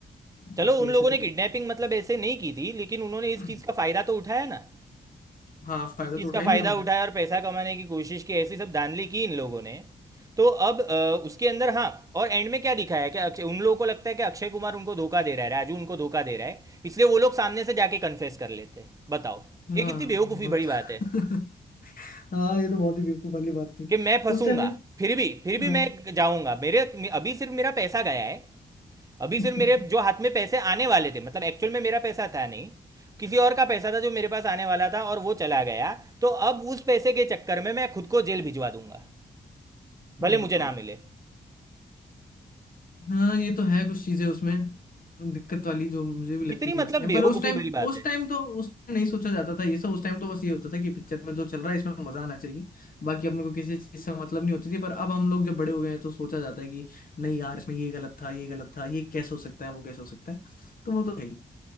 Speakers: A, on the right; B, on the left.
A: चलो
B: बाकी
A: उन
B: ऐसे
A: लोगों
B: तो
A: ने किडनैपिंग मतलब ऐसे नहीं की थी लेकिन उन्होंने इस
B: <clears throat>
A: चीज़ का फ़ायदा तो उठाया ना
B: हाँ फायदा
A: इस चीज़
B: तो उठा
A: का फ़ायदा
B: ही लिया उनने
A: उठाया और पैसा कमाने की कोशिश की ऐसी सब धांधली की इन लोगों ने तो अब अ, उसके अंदर हाँ और एंड में क्या दिखाया है कि अक्षय उन लोगों को लगता है कि अक्षय कुमार उनको धोखा दे रहा है राजू उनको धोखा दे रहा है इसलिए वो लोग सामने से जाके कन्फेस कर लेते हैं बताओ
B: हाँ
A: ये कितनी बेवकूफ़ी
B: बहुत
A: बड़ी
B: <laughs>
A: बात है
B: हाँ ये तो बहुत ही बेवकूफ वाली बात थी
A: कि मैं फंसूंगा
B: उस टाइम में
A: फिर भी फिर भी
B: हाँ
A: मैं जाऊंगा मेरे अभी सिर्फ मेरा पैसा गया है अभी
B: <laughs>
A: सिर्फ मेरे जो हाथ में पैसे आने वाले थे मतलब एक्चुअल में मेरा पैसा था नहीं किसी और का पैसा था जो मेरे पास आने वाला था और वो चला गया तो अब उस पैसे के चक्कर में मैं खुद को जेल भिजवा दूंगा भले
B: बताओ
A: मुझे ना मिले
B: हाँ ये तो है कुछ चीजें उसमें दिक्कत वाली जो मुझे भी लगती
A: कितनी
B: थी
A: मतलब
B: उस टाइम
A: बेवकूफ़ी
B: पर उस टाइम
A: भरी बात
B: उस
A: है
B: टाइम तो उस टाइम नहीं सोचा जाता था ये सब उस टाइम तो बस ये होता था कि पिक्चर में जो चल रहा है इसमें मजा आना चाहिए बाकी अपने को किसी चीज से मतलब नहीं होती थी पर अब हम लोग जब बड़े हो गए हैं तो सोचा जाता है कि नहीं यार इसमें ये गलत था ये गलत था ये कैसे हो सकता है वो कैसे हो सकता है तो वो तो है ही